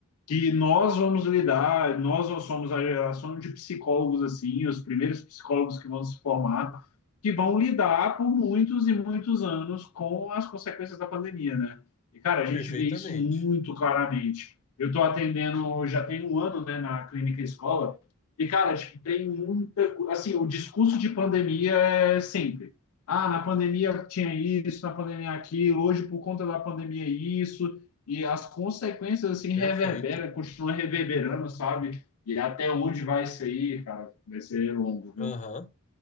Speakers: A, on the left; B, on the left.
A: que nós vamos lidar, nós somos a geração de psicólogos assim, os primeiros psicólogos que vão se formar, que vão lidar por muitos e muitos anos com as consequências da pandemia, né? E cara, a gente
B: perfeitamente.
A: vê isso muito claramente. Eu estou atendendo, já tem um ano, né, na clínica escola, e cara, tipo, tem muita, assim, o discurso de pandemia é sempre ah, na pandemia tinha isso, na pandemia aquilo, hoje por conta da pandemia é isso, e as consequências assim reverberam,
B: Perfeito.
A: continuam reverberando, sabe? E até onde vai isso aí, cara? Vai ser longo, viu?
B: Aham.